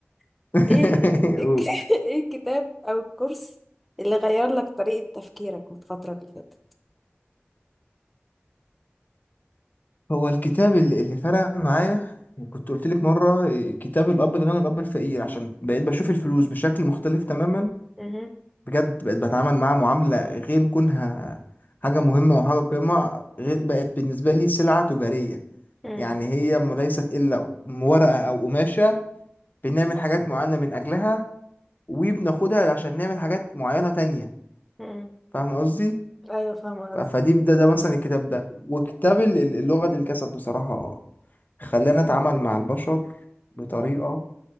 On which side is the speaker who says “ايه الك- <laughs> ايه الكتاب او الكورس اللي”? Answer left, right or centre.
Centre